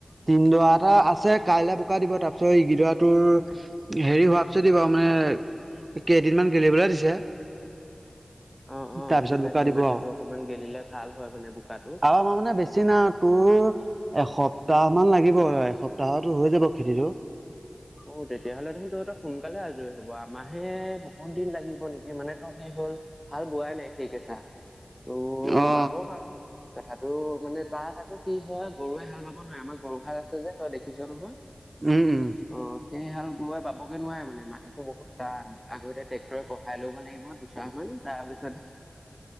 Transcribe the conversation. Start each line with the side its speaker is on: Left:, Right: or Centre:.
Right: তিনদৰা এটা আছে কাইলে ককা দিব তাৰপিছত এই গিডৰাটোৰ হেৰি হোৱাৰ পিছত দিব মানে কেইদিনমান গেলিবলে দিছে।
Centre: অ অ
Right: তাৰপিছত
Centre: বুজি পাইছো
Right: বোকা দিব
Centre: মাটিতটো
Right: আৰু
Centre: অকমান গেলিলে ভাল হয় মানে বোকাটো।
Right: অ মই মানে বেছ- চিনা তোৰ এসপ্তাহ মান লাগিব এসপ্তাহতো হৈ যাব খেতিটো।
Centre: অ তেতিয়াহ'লে দেখোন তহঁতৰ সোনকালে আজৰি হব আমাহে বহুত দিন লাগিব নেকি মানে তোৰ কি হ'ল হাল বোৱাই নাই সেইকেছা তোৰ
Right: অ
Centre: বাব বাৰু। তথাপিও মানে তাত আকৌ কি হয় গৰুৱে হাল বাব নোৱাই আমাৰ গৰু হাল আছে যে তই দেখিছ নহয়।
Right: উম উম।
Centre: অ সেই হাল গৰুৱে বাবগে নোৱাৰে মানে মাটিতো বহুত টান আগতে ট্ৰেক্টৰে কহাই লব লাগিব দুচামান তাৰ পিছ-